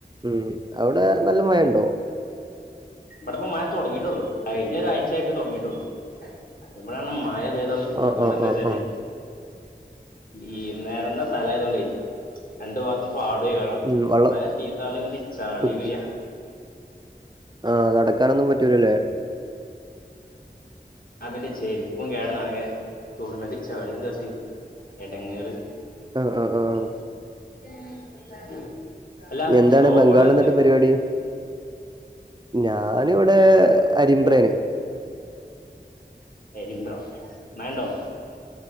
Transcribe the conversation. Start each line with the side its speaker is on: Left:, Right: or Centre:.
Right: ഉം അവിടെ നല്ല മഴ ഉണ്ടോ?
Left: ഇവിടെപ്പോ മഴ തുടങ്ങിയിട്ടുള്ളൂ. കഴിഞ്ഞ ഒരാഴ്ച ആയിട്ട് തുടങ്ങിയിട്ടുള്ളൂ. ഇവിടെയാണ് മഴ ഇത് കൊണ്ട് ഉള്ളൊരു ബുദ്ധിമുട്ട്
Right: ആഹ് ആഹ്
Left: എന്താച്ചല്ലേ
Right: ആഹ് ആഹ്
Left: ഈ നെരന്ന സ്ഥലം ആയത്കൊണ്ടേ രണ്ടു ഭാഗത്തും
Right: ഉം വെള്ളം
Left: മഴ തീർത്താലോ ഇങ്ങട്ട് ചളി
Right: കുത്തി
Left: പിളി
Right: ആഹ് നടക്കാനൊന്നും പറ്റൂലല്ലേ
Left: ആ പിന്നെ ചെരുപ്പും കേടന്നാകെ തൊടുന്നടുത്ത് ചളിയും തെറിച്ച് എടങ്ങേറ്
Right: ആഹ് ആഹ് ആഹ്
Left: <inaudible>
Right: എന്താണ്
Left: ബ്രോ ഇപ്പൊ
Right: ബംഗാൾ
Left: എവിടെ നിക്കണ്
Right: ന്നിട്ട് പരിപാടി ഞാന് ഇവിടെ അരിമ്പ്രേല്
Left: അരിമ്പ്ര മഴ ണ്ടോ